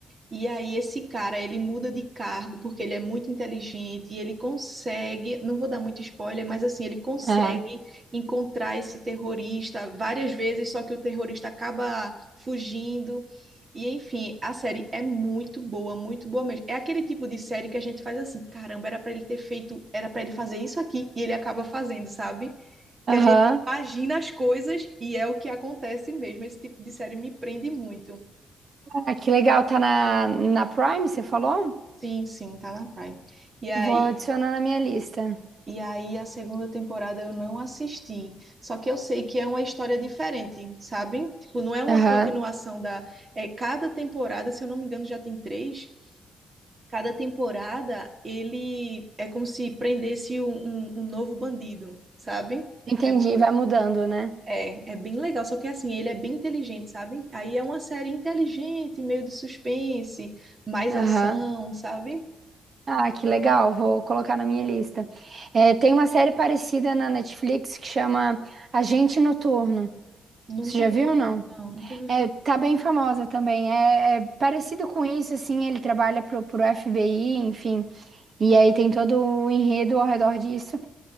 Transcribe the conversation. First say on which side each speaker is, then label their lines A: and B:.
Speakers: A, on the right; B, on the right.
A: E aí esse cara, ele muda de cargo porque ele é muito inteligente e ele consegue, não vou dar muito spoiler, mas assim, ele consegue
B: Ah,
A: encontrar esse terrorista várias vezes, só que o terrorista acaba fugindo. E enfim, a série é muito boa, muito boa mesmo. É aquele tipo de série que a gente faz assim, caramba, era pra ele ter feito, era pra ele fazer isso aqui e ele acaba fazendo, sabe?
B: aham.
A: Que a gente imagina as coisas e é o que acontece mesmo. Esse tipo de série me prende muito.
B: Ah, que legal, tá na, na Prime, você falou?
A: Sim, sim, tá na Prime. E aí,
B: Vou adicionar na minha lista.
A: e aí a segunda temporada eu não assisti. Só que eu sei que é uma história diferente, sabe? Tipo, não é uma
B: Aham.
A: continuação da. É, cada temporada, se eu não me engano, já tem três. Cada temporada ele é como se prendesse um, um, um novo bandido, sabe?
B: Entendi,
A: É,
B: vai mudando, né?
A: é, é bem legal, só que assim, ele é bem inteligente, sabe? Aí é uma série inteligente, meio de suspense, mais
B: Aham.
A: ação, sabe?
B: Ah, que legal, vou colocar na minha lista. É, tem uma série parecida na Netflix que chama Agente Noturno.
A: Nunca
B: Você já
A: ouvi,
B: viu ou não?
A: não, nunca ouvi
B: É, tá bem famosa também. É, é parecido com isso, assim, ele trabalha pro, pro FBI, enfim. E aí tem todo o enredo ao redor disso.